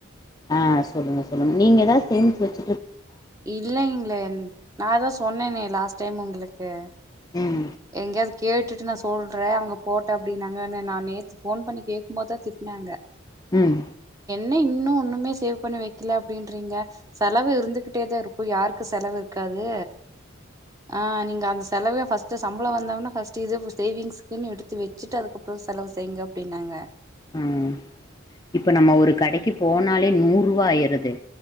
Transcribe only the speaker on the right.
இல்லைங்களே. உம் நான்தான் சொன்னனே லாஸ்ட் டைம் உங்களுக்கு.
எங்கேயாவது கேட்டுட்டு நான் சொல்றேன் அவங்க போட்ட அப்படின்னாங்கன்னு நான் நேத்து ஃபோன் பண்ணி கேட்கும் போதுதான் திட்டினாங்க.
ன இன்னும் ஒண்ணுமே சேவ் பண்ணி வைக்கல. அப்படின்றீங்க செலவு இருந்துகிட்டு. டே தான் இருக்கும் யாருக்கு செலவு இருக்காது. ஆஹ நீங்க அந்த செலவ ஃபர்ஸ்ட்டு சம்பளம் வந்தோனே ஃபர்ஸ்ட் இதே சேவிங்ஸ்குன்னு எடுத்து வச்சுட்டு அதுக்கப்றோ செலவு செய்ங்க அப்டின்னாங்க